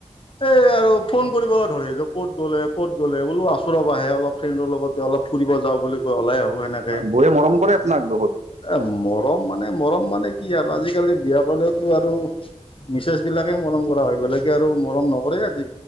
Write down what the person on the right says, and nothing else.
বৌয়ে মৰম কৰে আপোনাক বহুত